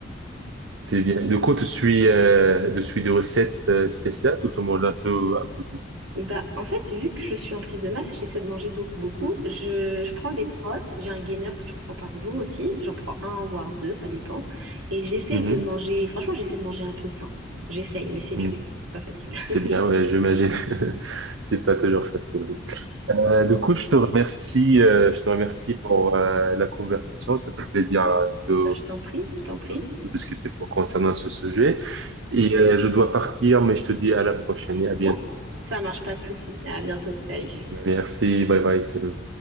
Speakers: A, on the right; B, on the right.
A: c'est bien. Du coup, tu suis, euh, tu suis des recettes euh, spéciales ou tu manges un peu, un peu tout?
B: Bah en fait, vu que je suis en prise de masse, j'essaie de manger beaucoup, beaucoup. Je, je prends des protes, j'ai un gainer que je prends par jour aussi, j'en prends un, voire deux, ça dépend. Et j'essaye
A: Mhm.
B: de manger, franchement, j'essaie de manger un peu sain. J'essaye, mais c'est dur,
A: Mhm.
B: c'est pas facile. <laughs>
A: C'est bien, ouais, j'imagine. <laughs> C'est pas toujours facile, oui. Euh,
B: Bon,
A: du coup, je te remercie, euh, je te remercie pour euh, la conversation. Ça fait plaisir hein, de,
B: Bah je t'en prie, je t'en prie.
A: de, de discuter pour, concernant ce sujet. Et euh, je dois partir, mais je te dis à la prochaine et à bientôt.
B: Ouais, ça marche, pas de souci. À bientôt, salut.
A: Merci, bye bye, salut.